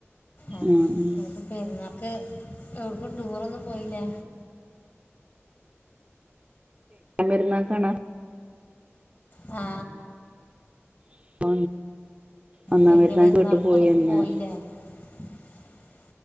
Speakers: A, on the left; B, on the right.
A: ആഹ്
B: ഉം ഉം
A: ഞങ്ങക്ക് പെരുന്നാക്ക് എവ്ട്ക്കും ടൂറൊന്നും പോയില്ലേ?
B: <inaudible> പെരുന്നാക്കാണോ
A: ആ
B: <unintelligible> ഒന്നാം
A: വലിയ
B: പെരുന്നാക്ക്
A: പെരുന്നാൾക്കൊന്നും
B: വീട്ട് പോയി വന്ന്
A: പോയില്ലേ <inaudible>